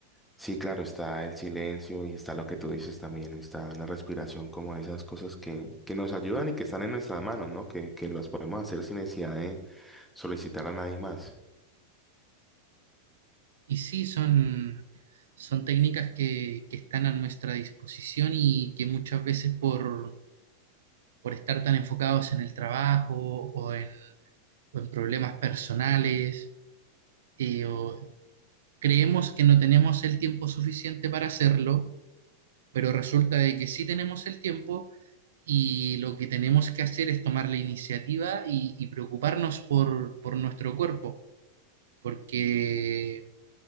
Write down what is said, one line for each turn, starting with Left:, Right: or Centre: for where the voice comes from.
Centre: sí, claro, está el silencio y está lo que tú dices también, está la respiración, como esas cosas que, que nos ayudan y que están en nuestras manos, ¿no? Que, que las podemos hacer sin necesidad de solicitar a nadie más.
Right: Y sí, son, son técnicas que, que están a nuestra disposición y que muchas veces por, por estar tan enfocados en el trabajo o en, o en problemas personales eh, o creemos que no tenemos el tiempo suficiente para hacerlo, pero resulta de que sí tenemos el tiempo y lo que tenemos que hacer es tomar la iniciativa y, y preocuparnos por, por nuestro cuerpo, porque